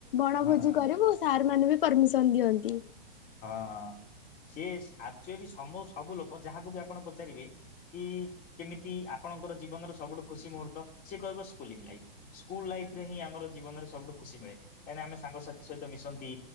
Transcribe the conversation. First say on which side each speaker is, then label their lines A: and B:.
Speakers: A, on the left (about 65°); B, on the left (about 30°).
A: ବଣଭୋଜି
B: ହଁ।
A: କରିବୁ ସାର ସେମାନେ ବି ପରମିସନ ଦିଅନ୍ତି
B: ହଁ ସି ଆକ୍ଚୁଆଲି ସବୁ ସବୁ ଲୋକ ଯାହାକୁ ବି ଆପଣ ପଚାରିବେ କି କେମିତି ଆପଣଙ୍କର ଜୀବନର ସବୁଠୁ ଖୁସି ମୁହୂର୍ତ୍ତ ସି କହିବ ସ୍କୁଲିଂ ଲାଇଫ, ସ୍କୁଲ ଲାଇଫ ରେ ହିଁ ଆମର ଜୀବନରେ ସବୁଠୁ ଖୁସି ମିଳେ କାହିଁକିନା ଆମେ ସାଙ୍ଗସାଥି ସହିତ ମିଶନ୍ତି,